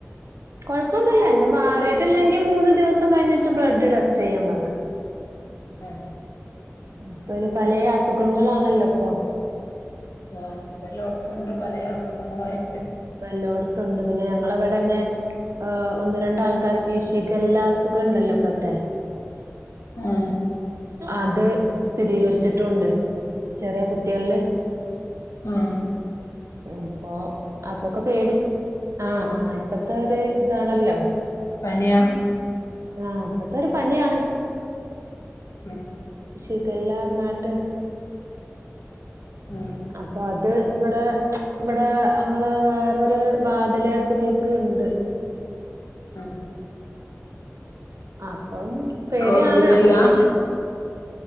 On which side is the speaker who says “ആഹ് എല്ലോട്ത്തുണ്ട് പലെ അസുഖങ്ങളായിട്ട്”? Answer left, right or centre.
Left